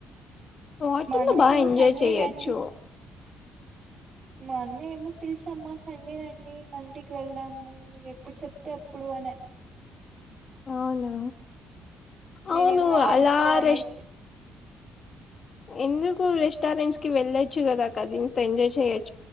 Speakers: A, on the left; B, on the right.
A: వాటర్లో
B: మా అన్న
A: బాగ
B: ఏమో
A: ఎంజాయ్
B: సండే
A: చేయచ్చు
B: రండి మా అన్న ఏమో పిలిచమ్మా సండే రండి మండికి వెళ్దాము నువు ఎప్పుడు చెప్తే అప్పుడు వాన
A: అవునా
B: నేనేం
A: అవును
B: రాను
A: అలా
B: పో అనేసి
A: రష్ ఎందుకు రెస్టారెంట్స్ కి వెళ్ళొచ్చు కదా కజిన్స్ తో ఎంజాయ్ చెయ్యచ్